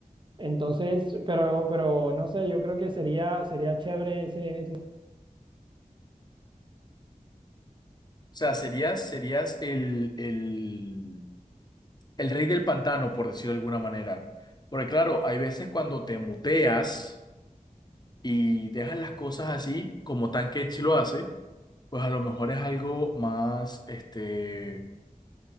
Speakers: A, on the right (about 35°); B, on the left (about 30°).
A: Entonces, pero, pero no sé, yo creo que sería, sería chévere ese, ese-
B: O sea, serías, serías el, el, el rey del pantano, por decirlo de alguna manera. Porque claro, hay veces cuando te muteas y dejas las cosas así, como Tankech lo hace, pues a lo mejor es algo más, este,